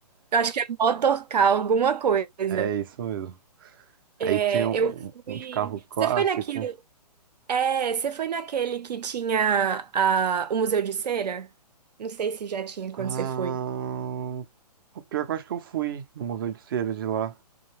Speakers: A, on the right; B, on the right.
A: Eu acho que é Motorcar, alguma coisa.
B: É isso mesmo. Aí
A: É,
B: tinha um,
A: eu fui.
B: um de carro clássico.
A: Você foi naquele. É, você foi naquele que tinha a... o Museu de Cera? Não sei se já tinha quando
B: Ah,
A: você foi.
B: o pior que eu acho que eu fui no Museu de Cera de lá.